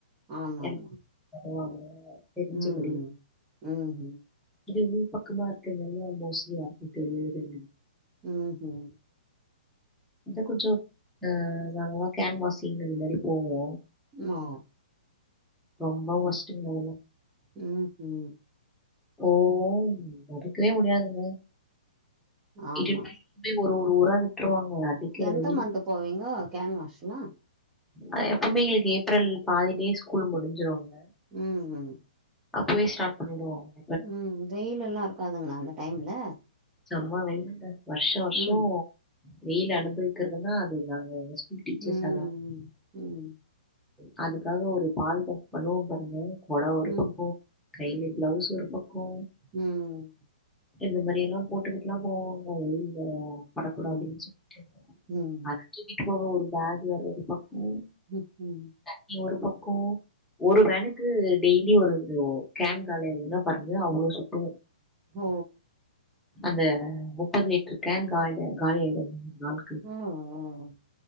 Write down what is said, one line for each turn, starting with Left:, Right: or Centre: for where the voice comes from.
Right: ஆமாமா
Centre: எனக் வருவாங்க தெரிஞ்சிகுடி
Right: ம் ம் ம்ஹும்
Centre: இது உள் பக்கமா இருக்குறதில்ல மோஸ்லி தெரியாது இல்ல
Right: ம் ம்
Centre: இத கொஞ்சொ ஆ நாங்ளா கேன்வாசிங அது மாதிரி போவோ
Right: ம்மா
Centre: ரொம்ப ஒஷ்டுங்க அதுல
Right: ம்ம்
Centre: ஓம் இருக்கவே முடியாதுங்க
Right: ஆமா
Centre: இருக்கறல ஒரு பூரா விட்டுருவாங்க அடிக்கற
Right: எந்த
Centre: வெய்லுக்
Right: மந்த் போவீங்கோ கேன்வாஷ்ல
Centre: அ எப்பவுமே எங்ளுக் ஏப்ரல் பாதிலயே ஸ்கூல் முடிஞ்சுரோங்க
Right: ம் ம்
Centre: அப்பவே ஸ்டார்ட் பண்ணிடு வாங்க
Right: ம் வெயில் எல்லா இருக்காதுங்களா அந்த டைம்ல
Centre: செம்மா வெய்லுங்க வர்ஷ வர்ஷோ
Right: ம்
Centre: வெயில் அனுபவக்கிறதுனா அது நாங்க எங்க ஸ்கூல் டீச்சர்ஸ்சா
Right: ம்
Centre: தா இருப்
Right: ம்
Centre: அதுக்காக ஒரு பால் பப் பாருங்க கொட ஒரு
Right: ம்
Centre: பக்கோ கைல பிளவுஸ் ஒரு பக்கோ
Right: ம்
Centre: இந்த மாரி எல்லா போட்டுக்குட்டுலா போவாங்லா வெயில்ல படக்கூடாதுன்
Right: ம்
Centre: சொல்ட்டு
Right: ம்
Centre: அது கீக்கிட்டு போக ஒரு பேக் வேற ஒரு பக்கோ
Right: ம் ம்
Centre: நீ ஒரு பக்கோ ஒரு வேனுக்கு டெய்லி ஒரு கேன் காலையன்னா பாருங்க அவ்ளோ சுத்து
Right: ஒ
Centre: அந்த முப்பது லிட்டர் கேன் காலியா காலியாயிடு ஒரு நாள்கு
Right: ஓ ஓ!